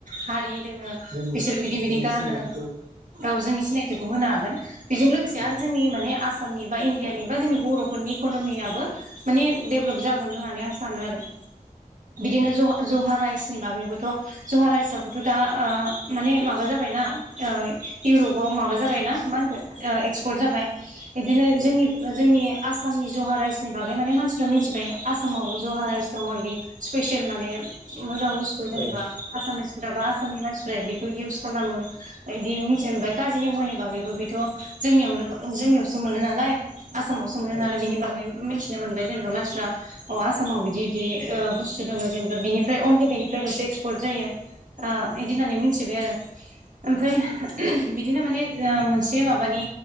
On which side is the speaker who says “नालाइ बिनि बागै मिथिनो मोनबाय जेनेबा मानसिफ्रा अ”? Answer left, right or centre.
Right